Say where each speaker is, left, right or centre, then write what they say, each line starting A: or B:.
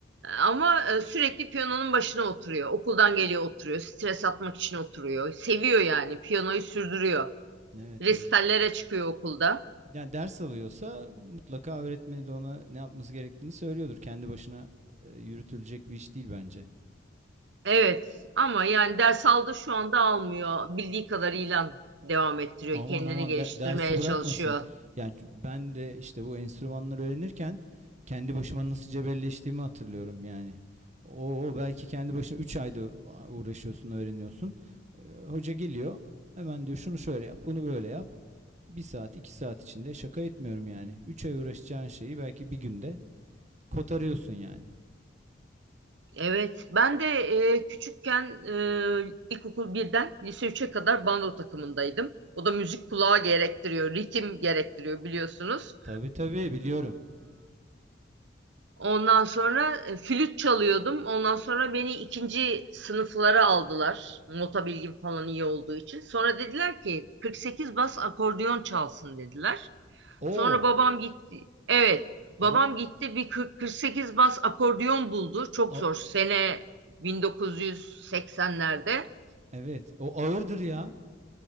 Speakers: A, on the right; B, on the right.
A: Ama e, sürekli piyanonun başına oturuyor. Okuldan geliyor oturuyor. Stres atmak için oturuyor. Seviyor yani. Piyanoyu sürdürüyor.
B: Evet
A: Resitallere
B: evet.
A: çıkıyor okulda.
B: yani ders alıyorsa mutlaka öğretmeni de ona ne yapması gerektiğini söylüyordur. Kendi başına e, yürütülecek bir iş değil bence.
A: Evet ama yani ders aldı şu anda almıyor. Bildiği kadarıyla devam ettiriyor.
B: Aman
A: Kendini
B: aman
A: geliştirmeye
B: de- dersi bırakmasın.
A: çalışıyor.
B: Yani ben de işte bu enstrümanları öğrenirken kendi başıma nasıl cebelleştiğimi hatırlıyorum yani. O belki kendi başına 3 ayda uğraşıyorsun, öğreniyorsun. E, hoca geliyor. Hemen diyor şunu şöyle yap, bunu böyle yap. Bir saat, iki saat içinde şaka etmiyorum yani. Üç ay uğraşacağın şeyi belki bir günde kotarıyorsun yani.
A: Evet, ben de e, küçükken e, ilkokul birden lise 3'e kadar bando takımındaydım. O da müzik kulağı gerektiriyor, ritim gerektiriyor biliyorsunuz.
B: Tabii tabii biliyorum.
A: Ondan sonra e, flüt çalıyordum. Ondan sonra beni ikinci sınıflara aldılar. Nota bilgim falan iyi olduğu için. Sonra dediler ki 48 bas akordeon çalsın dediler.
B: Oo
A: Sonra babam gitti. Evet,
B: ama
A: babam gitti bir 40 48 bas akordeon buldu. Çok
B: a-
A: zor. Sene 1980'lerde.
B: evet o ağırdır ya.